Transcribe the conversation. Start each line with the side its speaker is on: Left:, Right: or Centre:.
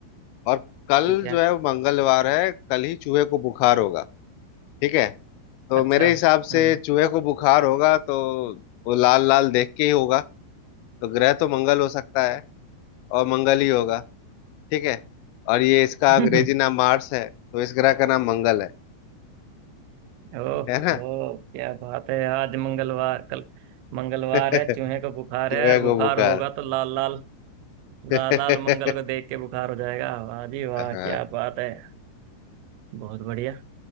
Left: और कल
Right: ठीक है
Left: जो है वो मंगलवार है कल ही चूहे को बुखार होगा ठीक है तो
Right: अच्छा
Left: मेरे हिसाब से
Right: हम्म
Left: चूहे को बुखार होगा तो वो लाल लाल देख के ही होगा तो ग्रह तो मंगल हो सकता है और मंगल ही होगा ठीक है और ये इसका अंग्रेजी
Right: हम्म <laughs>
Left: नाम मार्स है तो इस ग्रह का नाम मंगल है
Right: ओहो
Left: है ना
Right: क्या बात है आज मंगलवार कल मंगलवार
Left: <laughs>
Right: है चूहे को बुखार
Left: चूहे
Right: है और
Left: को
Right: बुखार
Left: बुखार
Right: होगा तो लाल लाल
Left: <laughs>
Right: लाल लाल मंगल को देख के बुखार हो जाएगा वाह जी वाह
Left: हाँ
Right: क्या बात है बहुत बढ़िया